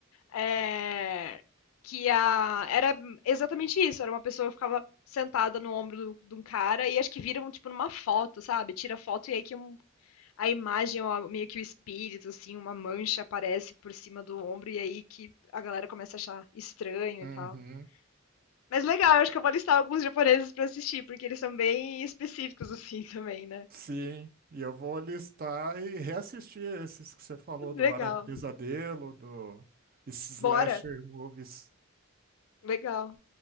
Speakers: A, on the left; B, on the right.
A: É, que a, era exatamente isso, era uma pessoa que ficava sentada no ombro de um cara e acho que viram, tipo, numa foto, sabe? Tira foto e aí que um- a imagem, meio que o espírito, assim, uma mancha aparece por cima do ombro e aí que a galera começa a achar estranho
B: Uhum.
A: e tal. Mas legal, eu acho que eu vou listar alguns japoneses pra assistir, porque eles são bem específicos, <laughs> assim, também, né?
B: Sim, e eu vou listar e reassistir esses que você falou do
A: Legal.
B: Hora do Pesadelo, do esses
A: Bora!
B: slasher movies.
A: Legal.